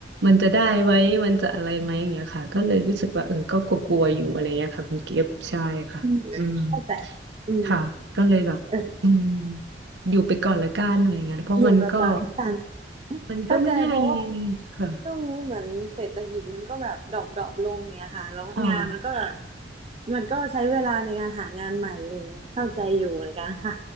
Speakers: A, on the right; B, on the right.
A: มันจะได้ไหมมันจะอะไรไหมอย่างเงี้ยค่ะก็เลยรู้สึกว่าเออก็กลัวๆอยู่อะไรเงี้ยค่ะคุณกิฟต์ใช่ค่ะอืม
B: อืมเข้าใจอืม
A: ค่ะก็เลยแบบอืม
B: เออ
A: อยู่ไปก่อนละกันอะไรเงี้ยเพราะมันก็
B: อยู่ประจำกัน
A: มันก็ไม่ได้
B: เข้าใจเพราะว่า
A: ค่ะ
B: ช่วงนี้เหมือนเศรษฐกิจมันก็แบบดรอปดรอปลงเงี้ยค่ะแล้วงานมันก็แบบ
A: ค่ะ
B: มันก็ใช้เวลาในการหางานใหม่อะไรเงี้ยเข้าใจอยู่เหมือนกันค่ะ